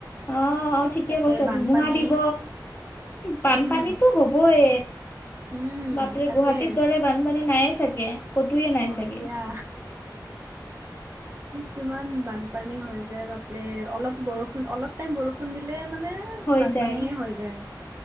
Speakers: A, on the left; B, on the right.
A: অ অ ঠিকে
B: তাতে
A: কৈছা
B: বানপানী
A: ধুমুহা দিব। বানপানীতো
B: উম,
A: হবই,
B: উম,
A: বাপৰে
B: তাকে
A: গুৱাহাটীৰ দৰে বানপানী নাইয়ে চাগে, কতোৱে নাই
B: অ
A: চাগে
B: দিয়া কিমান বানপানী হৈ যায় বাপ লে অলপ বৰষুণ অলপ টাইম বৰষুণ দিলে মানে।
A: হৈ
B: বানপানীয়ে
A: যায়
B: হৈ যায়